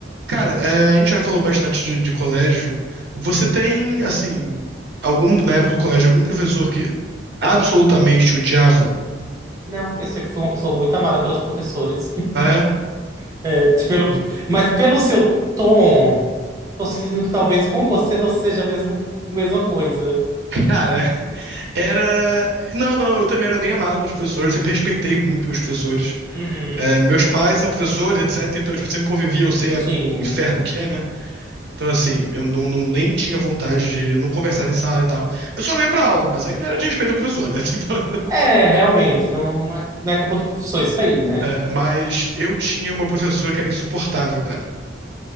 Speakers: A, on the right (about 55°); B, on the right (about 15°).
A: Cara, é, a gente já falou bastante de, de colégio. Você tem, assim, algum, na época do colégio, algum professor que absolutamente te odiava?
B: Não, eu sempre fui uma pessoa muito amada pelos professores. <laughs>
A: É,
B: É, pelo, mas pelo seu tom, tô sentindo que talvez com você não seja a mesmo, a mesma coisa.
A: cara, <laughs> era. Não, não, eu também era bem amado pelos professores, sempre respeitei muito meus professores.
B: Uhum.
A: É, meus pais são professores, etc. Então, tipo, eu sempre convivia, eu sei a-
B: Sim,
A: o inferno
B: sim.
A: que é, né? Então, assim, eu não, não- nem tinha vontade de. Eu não conversava em sala e tal. Eu só não ia pra aula, mas aí não era de respeito ao professor, né? <laughs> Então,
B: É, realmente, não, não é, não é culpa do professor isso aí, né?
A: é, mas eu tinha uma professora que era insuportável, cara.